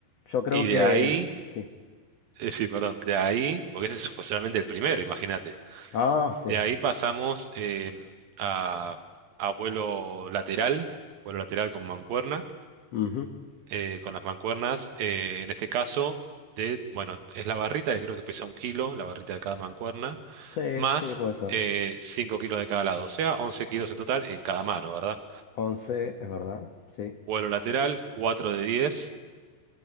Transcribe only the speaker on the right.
y de
ahí,
eh, sí, perdón, de ahí, porque ese fue solamente el primero, imagínate.
De ahí pasamos eh, a, a vuelo lateral, vuelo lateral con mancuerna,
eh, con las mancuernas, eh, en este caso, de, bueno, es la barrita que creo que pesa un kilo, la barrita de cada mancuerna,
más
eh, 5 kilos de cada lado, o sea, 11 kilos en total en cada mano, ¿verdad?
vuelo lateral, 4 de 10.